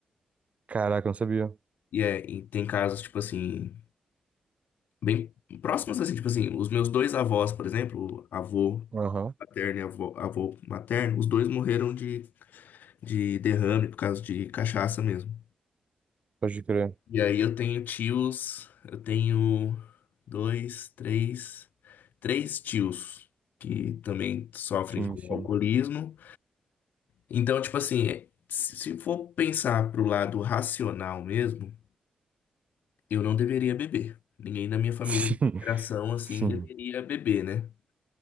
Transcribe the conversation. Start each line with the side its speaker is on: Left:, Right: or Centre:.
Right: Caraca, eu não sabia.
Left: E, é, e tem casos, tipo assim, bem próximos, assim, tipo assim, os meus dois avós, por exemplo, avô
Right: Aham.
Left: paterno e avô, avô materno, os dois morreram de, de derrame por causa de cachaça mesmo.
Right: Pode crer.
Left: E aí eu tenho tios, eu tenho dois, três, três tios que também sofrem
Right: Sim,
Left: com
Right: sim.
Left: alcoolismo. Então, tipo assim, é, se se for pensar pro lado racional mesmo, eu não deveria beber. Ninguém da minha família
Right: <laughs> Sim.
Left: de geração assim
Right: Sim.
Left: deveria beber, né?